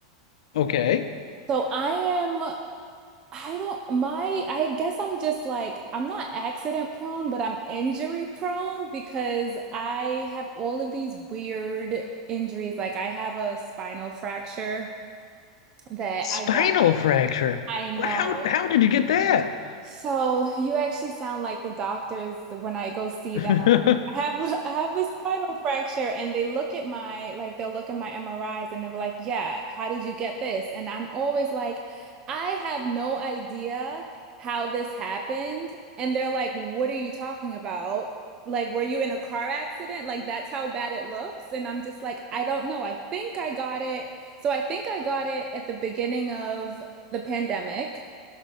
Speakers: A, on the left; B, on the right.
A: Okay.
B: So I am. I don't, my, I guess I'm just like, I'm not accident prone, but I'm injury prone because I have all of these weird injuries. Like I have a spinal fracture that
A: Spinal
B: I got.
A: fracture.
B: I know.
A: Wh- How how did you get that?
B: So you actually sound like the doctors when I go see
A: <laughs>
B: them. I have I have a spinal fracture and they look at my like they'll look at my MRIs and they were like, "Yeah, how did you get this?" And I'm always like, "I have no idea how this happened." And they're like, "What are you talking about? Like, were you in a car accident? Like that's how bad it looks." And I'm just like, "I don't know. I think I got it." So I think I got it at the beginning of the pandemic